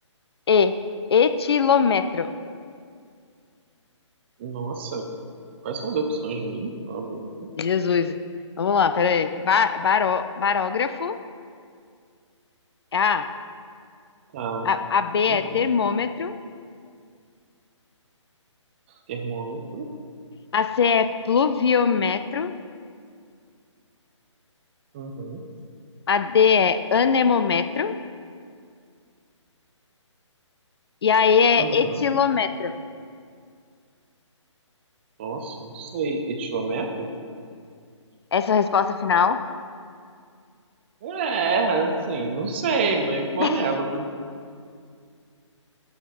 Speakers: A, on the left; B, on the right.
A: E. Etilômetro.
B: Nossa, quais são as opções mesmo, por favor?
A: Jesus. Vamos lá, peraí. Ba- baro- Barógrafo. A.
B: Tá,
A: A, a B
B: uhum.
A: é termômetro.
B: Termômetro,
A: A C é pluviômetro.
B: uhum,
A: A D é anemômetro. E a E
B: uhum.
A: é etilômetro.
B: Nossa, não sei. Etiômetro?
A: Essa é a resposta final.
B: É, assim, não sei, mas vou
A: <laughs>
B: nela.